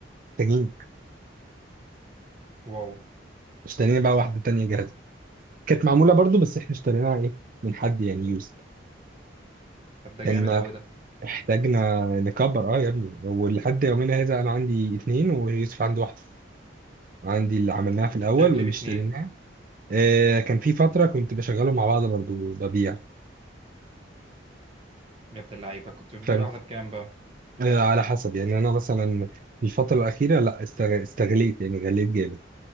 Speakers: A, on the right; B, on the right.
A: محتاجين
B: واو
A: اشترينا بقى واحدة تانية جاهزة كانت معمولة برضو بس احنا اشتريناها ايه من حد يعني يوز
B: طب ده
A: كان
B: جامد قوي ده
A: احتاجنا نكبر اه يا ابني ولحد يومنا هذا انا عندي اتنين ويوسف عنده واحدة عندي اللي عملناها في
B: انت
A: الأول
B: بتعمل
A: واللي
B: ايه باتنين
A: اشتريناها آه، كان في فترة كنت بشغله مع بعض برضو ببيع
B: يا ابن اللعيبه كنت بتبيع
A: فاهم
B: واحده بكام بقى
A: آه، على حسب يعني أنا مثلا في الفترة الأخيرة لا استغ- استغليت يعني غليت جامد